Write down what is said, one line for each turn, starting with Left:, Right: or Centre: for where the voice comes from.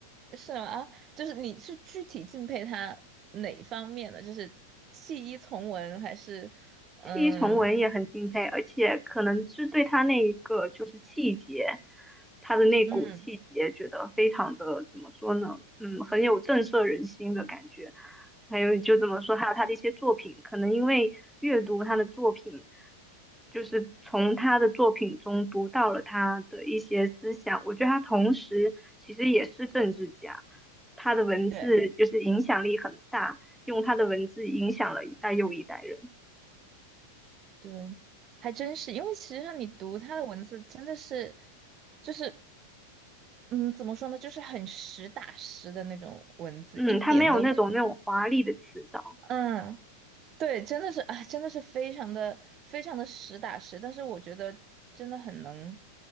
Right: 是吗？就是你是具体敬佩他哪方面的？就是弃医从文，还是嗯
Centre: 弃医从文也很敬佩，而且可能是对他那一个就是气节，他的那股气节，
Right: 嗯，
Centre: 觉得非常的怎么说呢？嗯，很有震慑人心的感觉。还有就怎么说，还有他的一些作品，可能因为阅读他的作品，就是从他的作品中读到了他的一些思想。我觉得他同时其实也是政治家，他的文字就是影响力很大，
Right: 对
Centre: 用他的文字影响了一代又一代人。
Right: 对，还真是，因为其实上你读他的文字真的是，就是嗯，怎么说呢，就是很实打实的那种文字，
Centre: 嗯，
Right: 一点都不。
Centre: 它没有那种那种华丽的词藻，
Right: 嗯，对，真的是，哎，真的是非常的非常的实打实，但是我觉得真的很能，